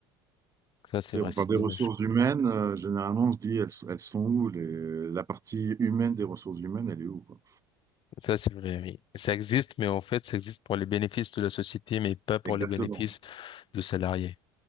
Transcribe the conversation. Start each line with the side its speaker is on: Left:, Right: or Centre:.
Left: Ça, c'est
Right: Tu
Left: vrai,
Right: sais, on
Left: c'est
Right: parle des
Left: dommage.
Right: ressources humaines, euh, généralement on se dit elles, elles sont où les- la partie humaine des ressources humaines, elle est où, quoi.
Left: Ça, c'est vrai, oui. Ça existe, mais en fait, ça existe pour les bénéfices de la société, mais pas pour
Right: Exactement.
Left: les bénéfices de salariés.